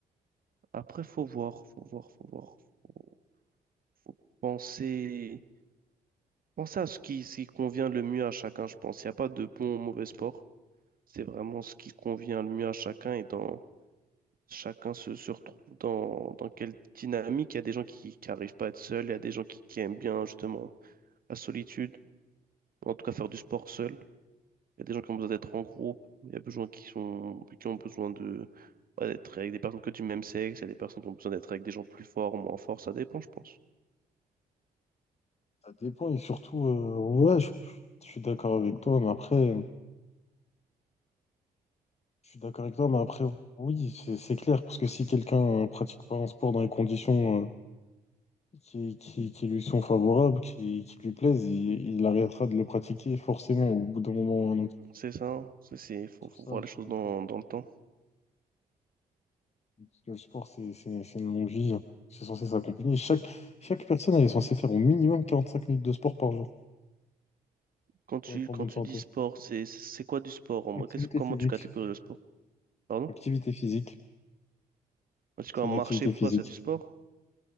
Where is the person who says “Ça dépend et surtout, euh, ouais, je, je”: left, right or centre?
Left